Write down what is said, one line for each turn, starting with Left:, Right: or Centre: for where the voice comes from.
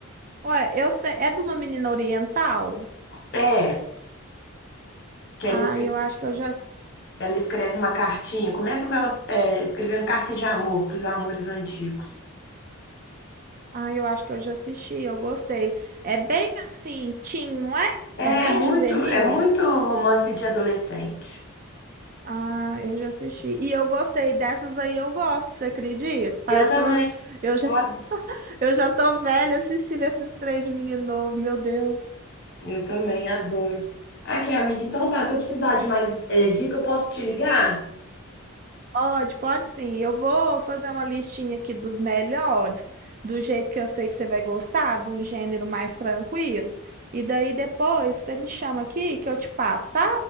Right: Ué, eu sei, é de uma menina oriental?
Left: é, que
Right: Ah,
Left: ela, escre-
Right: eu acho que eu já,
Left: ela escreve uma cartinha. Começa com ela, é, escrevendo cartas de amor para os amores antigos.
Right: ah, eu acho que eu já assisti, eu gostei. É bem assim, teen, não é?
Left: É
Right: É bem
Left: muito,
Right: juvenil?
Left: é muito romance de adolescente.
Right: Ah, eu já assisti. E eu gostei dessas aí, eu gosto, você acredita? Parece
Left: Eu também,
Right: que eu eu já
Left: eu adoro.
Right: Eu já tô velha assistindo esses trem de menino novo, meu Deus.
Left: Eu também adoro. Aqui, amiga, então tá. Se eu precisar de mais eh, dica, eu posso te ligar?
Right: Pode, pode sim. Eu vou fazer uma listinha aqui dos melhores, do jeito que eu sei que você vai gostar, de um gênero mais tranquilo. E daí depois você me chama aqui que eu te passo, tá?